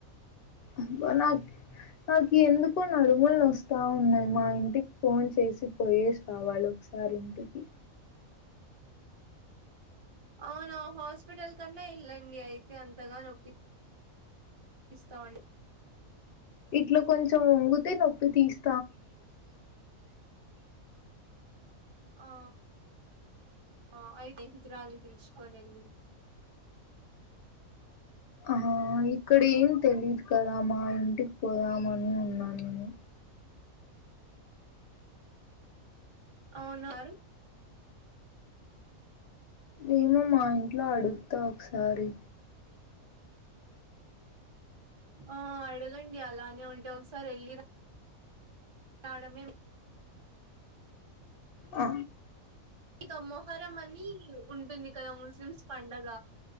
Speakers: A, on the left; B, on the right.
A: అబ్బ నాక్ నాకి ఎందుకు నడుములు నొస్తా ఉన్నాయి మా ఇంటికి ఫోన్ చేసి పోయేసి రావాలో క్సారి ఇంటికి
B: అవునా హాస్పిటల్ కన్నా ఎళ్ళండి అయితే అంతగా నొప్పి స్తా ఉం
A: ఇట్ల కొంచెం వంగుతే నొప్పి తీస్
B: ఆ ఆ అయితే హిజ్రాల్ని పిలుచుకొని ఎళ్ళింది.
A: ఆహా ఇక్కడ ఏం తెలీదు కదా మా ఇంటికి పోదామని ఉన్నా నేను.
B: అవునా
A: ఏమో మా ఇంట్ల అడుగుతా ఒకసారి.
B: ఆ అడగండి అలానే ఉంటే ఒకసారి ఎళ్ళి రం మేడమే
A: ఆ
B: ఇంకా మొహరం అని ఉంటుంది కదా ముస్లిమ్స్ పండగ